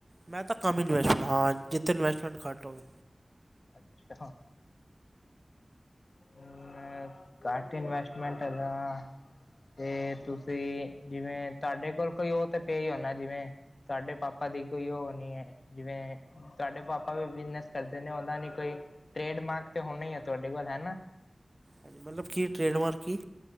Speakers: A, on the right (about 35°); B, on the left (about 70°).
A: ਮੈਂ ਤਾਂ ਕੰਮ ਇਨਵੈਸਟੈਂ ਹਾਂ ਜਿੱਥੇ ਇਨਵੈਸਟਮੈਂਟ ਘੱਟ ਹੋਵੇ।
B: ਅੱਛਾ। ਮੈ ਘੱਟ ਇਨਵੈਸਟਮੈਂਟ ਆਲਾ ਤੇ ਤੁਸੀਂ ਜਿਵੇਂ ਤੁਹਾਡੇ ਕੋਲ ਕੋਈ ਉਹ ਤੇ ਪੇ ਹੋਨਾ ਜਿਵੇਂ ਤੁਹਾਡੇ ਪਾਪਾ ਦੀ ਕੋਈ ਉਹ ਹੋਣੀ ਹੈ, ਜਿਵੇਂ ਤੁਹਾਡੇ ਪਾਪਾ ਵੀ ਬਿਜਨਸ ਕਰਦੇ ਨੇ ਨੀ ਕੋਈ ਟ੍ਰੇਡ ਮਾਰਕ ਤੇ ਹੋਣਾ ਹੀ ਆ ਤੁਹਾਡੇ ਕੋਲ ਹੈਨਾ।
A: ਹਾਂਜੀ, ਮਤਲਬ ਕੀ ਟ੍ਰਰੇਡਮਾਰਕ ਕੀ?